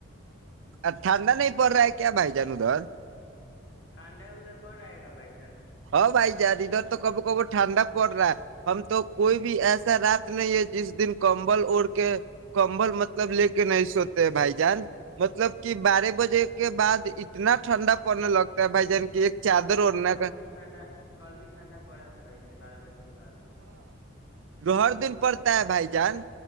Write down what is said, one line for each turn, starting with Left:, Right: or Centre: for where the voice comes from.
Right: ا ٹھنڈا نہیں پڑ رہا ہے کیا بھائی جان در
Left: ٹھانڈا ادھر پڑ رہ ہے بھائیین
Right: ہ بھائی جان ادھر تو کبھی کبھی ٹھنڈا پڑ رہا ہے ہم تو کوئی بھی ایسا رات نہیں ہے جس دن کمبل اوڑ کے کمبل مطلب لے کے نہیں سوتے ہیں بھائی جان مطلب کہ بارہ بجے کے بعد اتنا ٹھنڈا پڑنے لگتا ہے بھائی جان کی ایک چادر
Left: ہاں بھائی
Right: اڑنے
Left: جان کل
Right: کا
Left: بھی ٹھنڈا کل بھی ٹھنڈا پڑا تھا بھائی جان بارہ بجے کے بعد
Right: جو ہر دن پڑتا ہے بھائی جان